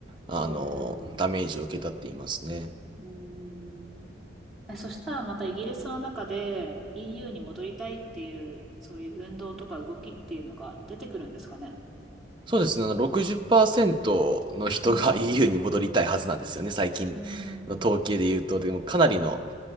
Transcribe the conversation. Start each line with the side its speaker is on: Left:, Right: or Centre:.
Right: あの、
Centre: うーん。う
Right: ダメージを受けたって言いますね。
Centre: ーん。え、そしたらまたイギリスの中で EU に戻りたいっていう、そういう運動とか動きっていうのが出てくるんですかね。
Right: そうですね。あの60%の人が
Centre: うん
Right: EU に戻りたいはずなんですよね。最近の統計で言うと、
Centre: うんうん。うんうんうん。
Right: でもかなりの